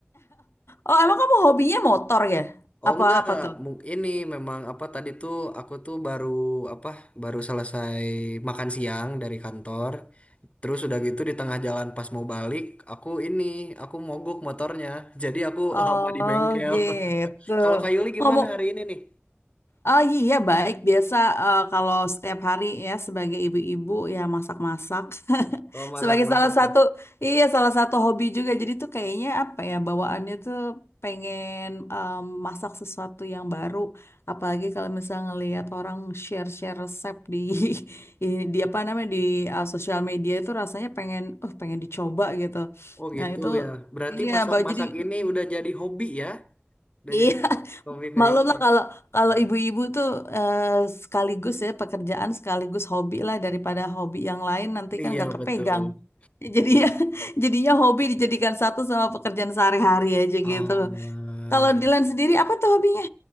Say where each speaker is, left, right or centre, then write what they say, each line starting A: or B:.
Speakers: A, on the left; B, on the left.
A: Oh, emang kamu hobinya motor ya?
B: <laughs> Oh
A: Apa-apa
B: enggak,
A: tuh?
B: mu- ini memang apa tadi tuh aku tuh baru apa baru selesai makan siang dari kantor. Terus udah gitu di tengah jalan pas mau balik, aku ini aku mogok motornya. Jadi aku
A: Oh,
B: <laughs> lama di bengkel.
A: gitu.
B: <laughs> Kalau Kak Yuli gimana
A: Ngomong,
B: hari ini nih?
A: Oh iya baik biasa eh, kalau setiap hari ya sebagai ibu-ibu ya masak-masak <laughs>
B: Oh, masak-masak
A: sebagai salah satu
B: ya.
A: iya salah satu hobi juga jadi tuh kayaknya apa ya bawaannya tuh pengen em, masak sesuatu yang baru apalagi kalau misalnya ngelihat orang share-share resep di <laughs> i- di apa namanya di eh, sosial media itu rasanya pengen uh pengen dicoba gitu
B: Oh,
A: nah
B: gitu
A: itu
B: ya. Berarti
A: iya
B: masak-masak
A: bawa jadi
B: ini
A: mm,
B: udah jadi hobi ya? Udah
A: Iya,
B: jadi hobi kayunya.
A: Maklum lah kalau kalau ibu-ibu tuh eh, sekaligus ya pekerjaan sekaligus hobi lah daripada hobi yang lain nanti kan
B: Iya,
A: gak kepegang.
B: betul.
A: Jadi ya <laughs> jadinya hobi dijadikan satu sama pekerjaan sehari-hari aja
B: Ah.
A: gitu. Kalau Dilan sendiri apa tuh hobinya?